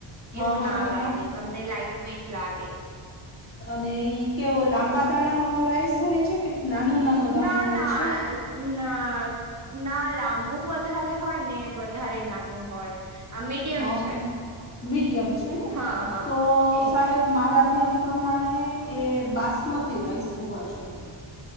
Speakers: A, on the left; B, on the right.
A: હા
B: એવું
A: હા
B: ના
A: હા
B: લાગે
A: હા
B: તમને લાઈટ વેટ લાગે
A: અને ઈ કેવો લાંબા દાણા ન રાઈસ હોય છે કે નાનો નાનો દાણો
B: ના
A: હોય
B: ના
A: છે.
B: ના ના લાંબુ વધારે હોય ને વધારે નાનું હોય. આ મીડિયમ
A: હ
B: છે
A: મીડિયમ છે ને
B: હા હા
A: તો
B: એ
A: સાહેબ મારા ધ્યાન પ્રમાણે એ બાસમતી રાઇસ હોવા જોઈએ.